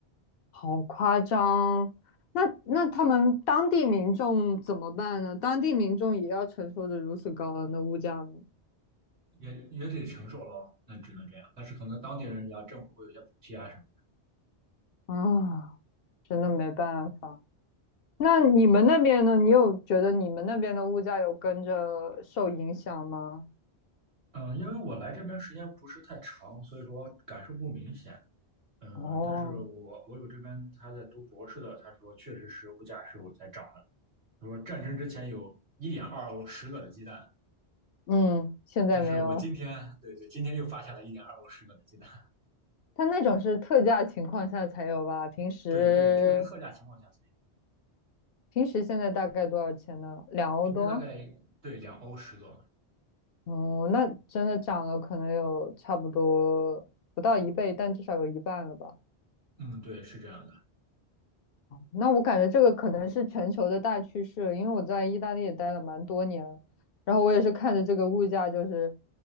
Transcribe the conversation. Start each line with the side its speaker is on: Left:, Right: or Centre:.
Left: 好夸张！那那他们当地民众怎么办呢？当地民众也要承受着如此高昂的物价吗？
Right: 也也得承受了，那只能这样。但是可能当地人家政府会有一些补贴啊什么。
Left: 啊，真的没办法。那你们那边呢？你有觉得你们那边的物价有跟着受影响吗？
Right: 嗯，因为我来这边时间不是太长，所以说感受不明显。呃，
Left: 哦，
Right: 但是我我有这边他在读博士的，他说确实是物价是有在涨的。他说战争之前有一点二欧十个的鸡蛋，
Left: 嗯，现在没有了。
Right: 但是我今天，对对，今天又发现了一点二欧十个的鸡蛋。
Left: 它那种是特价情况下才有吧？平时
Right: <laughs> 对对，这个是特价情况下才有，
Left: 平时现在大概多少钱呢？两欧多？
Right: 平时大概对两欧十个。
Left: 哦，那真的涨了，可能有差不多不到一倍，但至少有一半了吧？
Right: 嗯，对，是这样的。
Left: 那我感觉这个可能是全球的大趋势，因为我在意大利也待了蛮多年了然后我也是看着这个物价就是